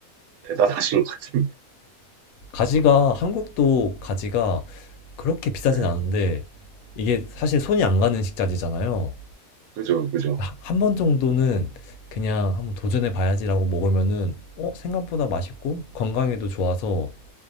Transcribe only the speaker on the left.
가지가 한국도 가지가 그렇게 비싸진
않은데 이게 사실 손이 안 가는 식자재잖아요.
한 번 정도는 그냥 한번 도전해 봐야지라고 먹으면은 어 생각보다 맛있고 건강에도 좋아서